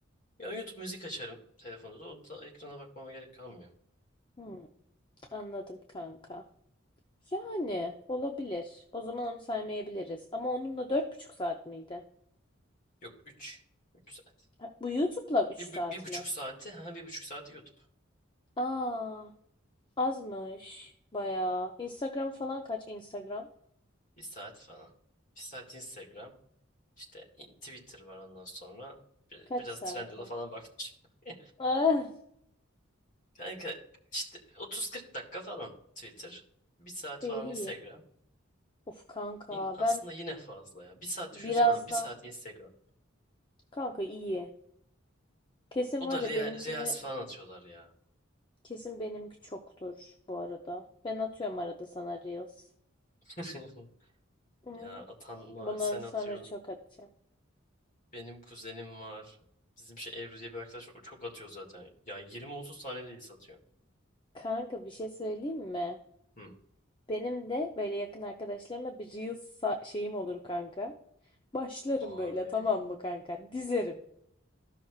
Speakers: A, on the left; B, on the left.
A: Ya YouTube müzik açarım telefonda da. Onda ekrana bakmama gerek kalmıyor.
B: Hmm, anladım kanka. Yani olabilir. O zaman onu saymayabiliriz. Ama onun da dört buçuk saat miydi?
A: Yok üç, üç saat.
B: Ha, Bu YouTube'la 3
A: Bir, bu-
B: saat
A: bir, buçuk
B: mi?
A: saati. Ha bir buçuk saati YouTube.
B: Aa, azmış. Bayağı. Instagram falan kaç Instagram?
A: Bir saat falan. Bir saat Instagram. İşte Twitter var ondan sonra. Bir-
B: Kaç
A: biraz
B: saat?
A: Trendyol'a
B: ha?
A: falan bakmışım. <laughs>
B: Ah,
A: Kanka işte 30-40 dakika falan Twitter. Bir saat falan
B: iyi
A: Instagram.
B: iyi. Of kanka
A: Yine- aslında
B: ben
A: yine fazla ya. Bir saat
B: birazdan
A: düşünsene ama bir saat Instagram.
B: kanka iyi. Kesin
A: O
B: var
A: da
B: ya
A: Reels
B: benimkini
A: falan atıyorlar ya.
B: kesin benimki çoktur bu arada. Ben atıyorum arada sana Reels.
A: <laughs>
B: Hmm,
A: Ya atan var.
B: Bundan
A: Sen
B: sonra
A: atıyorsun.
B: çok atacağım.
A: Benim kuzenim var. Bizim şey Ebru diye bir arkadaş var. O çok atıyor zaten. Ya 20-30 tane değil satıyor.
B: Kanka bir şey söyleyeyim mi?
A: Hı.
B: Benim de böyle yakın arkadaşlarıma bir Reels sa- şeyim olur kanka. Başlarım
A: Abi.
B: böyle tamam mı kanka? Dizerim.